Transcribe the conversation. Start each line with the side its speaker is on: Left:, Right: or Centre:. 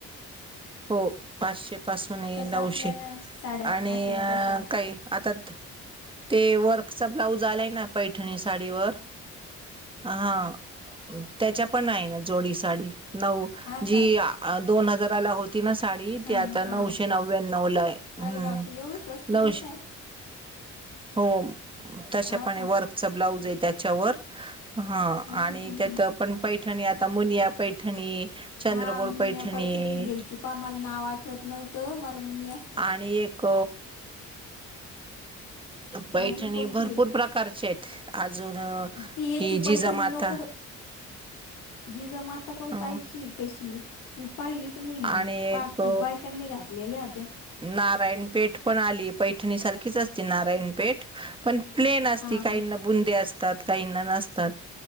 Right: हो पाचशे पासूने. नऊशे
Left: आपल्याला साड्या
Right: आणि
Left: अशा न तशा
Right: काय आता ते वर्कचा ब्लाऊज आलाय ना पैठणी साडीवर. हा. त्याच्या पण आहे ना जोडी साडी. नऊ
Left: हा
Right: जी
Left: का?
Right: दोन हजाराला हो ति ना साडी.
Left: हा
Right: ती आता नऊशे
Left: हा.
Right: नव्याण्व लाय. हम्म
Left: अरे बापरे एवढं स्वस्त
Right: नऊशे
Left: देताय <inaudible>
Right: हो. तशा
Left: हा
Right: पणे.
Left: का?
Right: वर्कच ब्लाऊजे त्याच्यावर. ह
Left: हम्म
Right: आणि
Left: हम्म हम्म
Right: त्यात
Left: हम्म.
Right: पण पै ठणी आता मुनिया पैठणी. चंद्रकोर
Left: हा मुनया
Right: पैठणी
Left: पैठणीच घ्यायची पहा. मला नाव आठवत नव्हतं. मला मुनिया
Right: आणि एक
Left: <inaudible>
Right: पैठणी
Left: अजून कोणतीय?
Right: भरपूर प्रकारचे आहेत अजून
Left: ती यची
Right: ही जिजामाता
Left: पैठणी नको ब जिजा माता पण
Right: अ
Left: पाहाचीय कशीये? मी पाहिली च नाही.
Right: आणि
Left: पाक
Right: एक
Left: खूप बायकांनी घातलेल्या होत्या.
Right: नारायणपेठ पण आलीय. पैठणी सारखीच असती नारायणपेठ. पण प्लेन असती.
Left: हां हां.
Right: काहींना बुंदे असतात. काहींना नसतात.